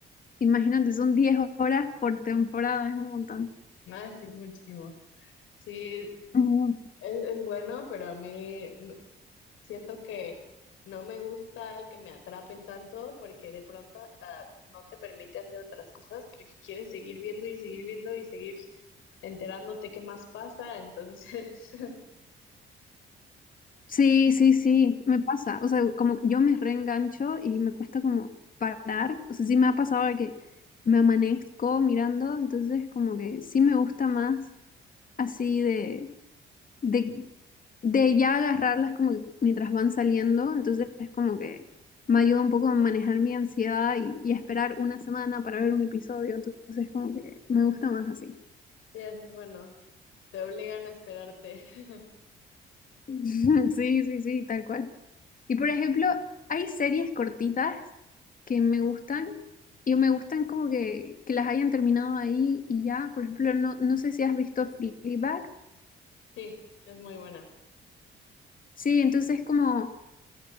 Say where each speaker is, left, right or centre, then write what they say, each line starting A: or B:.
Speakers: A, on the left; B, on the left.
A: imagínate, son 10 horas por temporada, es un montón.
B: Ah, sí, es muchísimo. Sí,
A: Ujú.
B: es, es bueno, pero a mí Siento que no me gusta que me atrapen tanto porque de pronto hasta no te permite hacer otras cosas porque quieres seguir viendo y seguir viendo y seguir enterándote qué más pasa. Entonces, <laughs> sí,
A: Sí, sí, sí, me pasa. O sea, como yo me reengancho y me cuesta como parar. O sea, sí me ha pasado de que me amanezco mirando, entonces como que sí me gusta más así de, de, de ya agarrarlas como que mientras van saliendo. Entonces es como que me ayuda un poco a manejar mi ansiedad y, y a esperar una semana para ver un episodio. Entonces como que me gusta más así.
B: es bueno, te obligan a esperarte. <laughs>
A: <laughs> Sí, sí, sí, tal cual. Y por ejemplo, hay series cortitas que me gustan y me gustan como que, que las hayan terminado ahí y ya. Por ejemplo, no, no sé si has visto Fleabag.
B: Sí, es muy buena.
A: Sí, entonces como